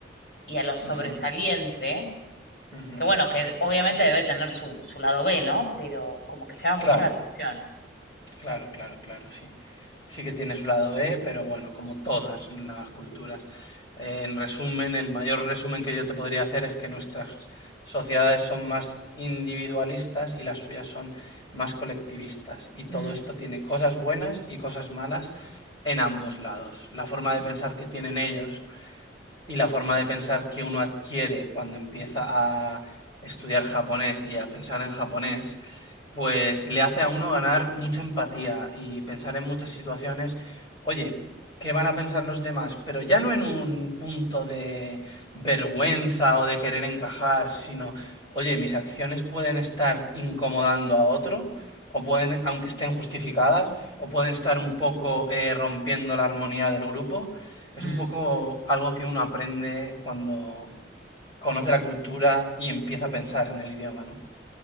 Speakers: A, on the left; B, on the left.
A: y a lo sobresaliente,
B: ujú, ujú,
A: que bueno,
B: Sí.
A: que obviamente debe tener su, su lado B, ¿no? Pero como que llama
B: Claro,
A: mucho la atención.
B: claro, claro, claro, sí. Sí que tiene su lado B, pero bueno, como todas las culturas. En resumen, el mayor resumen que yo te podría hacer es que nuestras sociedades son más individualistas y las suyas son más colectivistas. Y todo
A: Mm,
B: esto tiene cosas buenas y cosas malas en ambos lados. La forma de
A: mm,
B: pensar que tienen ellos y la forma de pensar que uno adquiere cuando empieza a estudiar japonés y a pensar en japonés pues le hace a uno ganar mucha empatía y pensar en muchas situaciones, oye, ¿qué van a pensar los demás? Pero ya no en un punto de vergüenza o de querer encajar, sino, oye, mis acciones pueden estar incomodando a otro, o pueden, aunque estén justificadas, o pueden estar un poco eh, rompiendo la armonía del grupo. Es
A: mm.
B: un poco algo que uno aprende cuando conoce la cultura y empieza a pensar en el idioma, ¿no?